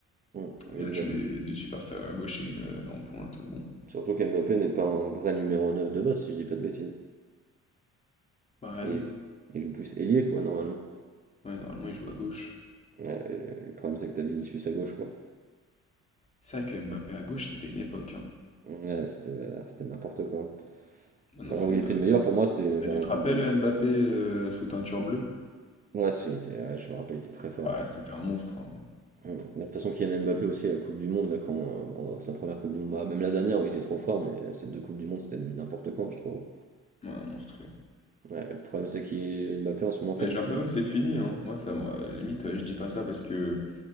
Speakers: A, on the right; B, on the left.
A: Mm. Mais
B: là,
A: il
B: tu
A: va... se-
B: mets deux superstars à gauche et une euh, en pointe. Bon,
A: Surtout qu'Mbappé n'est pas un vrai numéro 9 de base, si je dis pas de bêtises.
B: bah rien,
A: Et
B: non.
A: il joue plus ailier, quoi, normalement.
B: Ouais, normalement, il joue à gauche.
A: Ouais, et le problème, c'est que t'as Vinicius à gauche, quoi.
B: C'est vrai que Mbappé à gauche, c'était une époque. hein.
A: Ouais, c'était c'était n'importe quoi.
B: Maintenant,
A: Bah,
B: c'est
A: où il
B: Mbappé.
A: était le meilleur, pour moi, c'était
B: Mais
A: vers
B: tu
A: la
B: te
A: Coupe
B: rappelles
A: du...
B: euh, Mbappé euh, sous teinture bleue?
A: Ouais, si, il était- ouais, je me rappelle, il était très fort.
B: Bah là, c'était un monstre. hein.
A: Mmh. Mais de toute façon, Kylian Mbappé aussi la Coupe du Monde, là, quand, en- sa première Coupe du Monde, bah, même la dernière où il était trop fort, mais ces deux Coupes du Monde, c'était du n'importe quoi, je trouve.
B: Ouais, un monstrueux.
A: Ouais, mais le problème, c'est qu'il Mbappé en ce moment, en fait,
B: Bah,
A: c'est
B: j'ai l'impression
A: qu'il.
B: que c'est fini. Hein. Moi, ça me- euh, limite, euh, je dis pas ça parce que